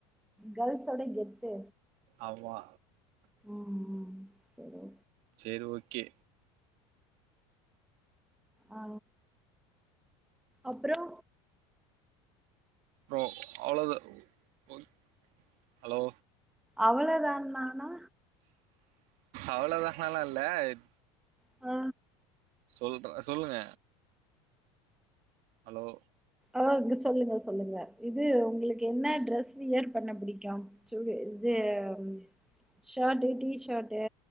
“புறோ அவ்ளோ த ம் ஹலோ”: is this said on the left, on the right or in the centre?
Right